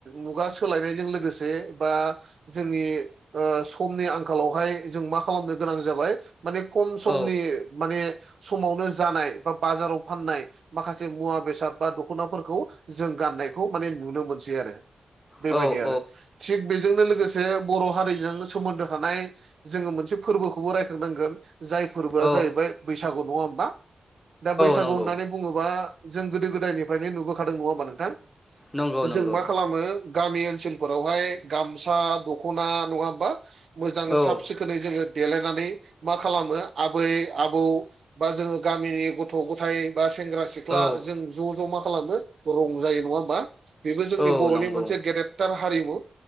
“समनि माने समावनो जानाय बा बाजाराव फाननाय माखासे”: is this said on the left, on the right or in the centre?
Right